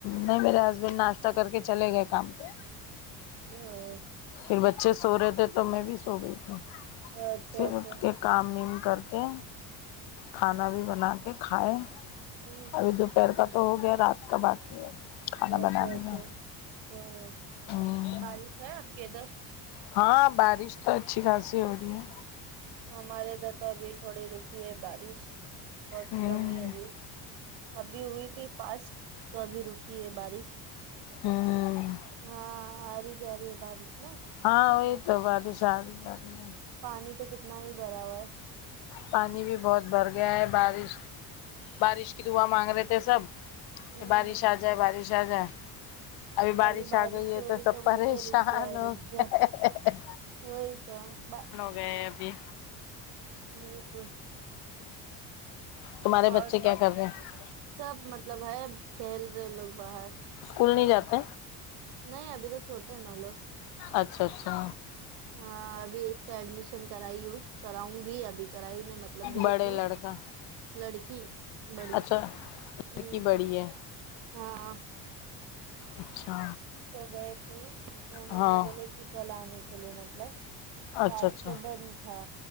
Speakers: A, on the left; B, on the right.
A: نہیں میرے ہسبینڈ ناشتہ کر کے چلے گئے کام پہ
B: ہاں
A: پھر بچے سو رہے تھے تو میں بھی سو گئی تھی
B: اچھا
A: پھر
B: اچھا
A: اٹھ کے کام ویم کر کے کھانا بھی بنا کے کھائے
B: ہمم
A: ابھی دوپہر کا تو ہو گیا رات کا باقی ہے کھانا
B: اچھا
A: بنانے
B: اچھا
A: کا
B: ہاں
A: ہوں
B: بارش ہے آپ کے ادھر
A: ہاں بارش تو اچھی خاصی ہو رہی ہے
B: ہمارے ادھر تو ابھی تھوڑی رکی ہے بارش بہت
A: ہوں
B: کمی ہے ابھی ابھی ہوئی تھی فاسٹ تو ابھی رکی ہے بارش
A: ہوں
B: ہاں اری جا رہی ہے بارش نا
A: ہاں وہی تو باریش اری جاری ہے
B: پانی تو کتنا ہی بھرا ہوا ہے
A: پانی بھی بہت بھر گیا ہے بارش بارش کی دعا مانگ رہے تھے سب
B: ہوں
A: کہ بارش آ جائے بارش آ جائے ابھی
B: تو
A: بارش آ گئی ہے
B: ہو
A: تو
B: رہی
A: سب
B: بولتے
A: پریشان
B: ہیں رک جائے
A: ہو
B: رک
A: ہوگے
B: جائے وہی تو با
A: میں بھی
B: نہیں تو
A: تمہارے
B: اور
A: بچے کیا
B: سب
A: کر رہے ہیں
B: سب مطلب ہے کھیل رہے لوگ باہر
A: اسکول نہیں جاتے
B: نہیں ابھی تو چھوٹے ہے نا لوگ
A: اچھا اچھا
B: ہاں ابھی ایک کا ایڈمیشن کرائی ہو کراؤں گی ابھی کرائی مطلب گئی
A: بڑے
B: تھی
A: لڑکا
B: لڑکی بڑی
A: اچھا
B: ہ
A: لڑکی بڑی ہے
B: ہاں
A: اچھا
B: تو گئے تھی تو انہوں
A: ہاں
B: نے بولے کہ کل آنے کے لیے مطلب
A: اچھا
B: آج
A: اچھا
B: تو بند تھا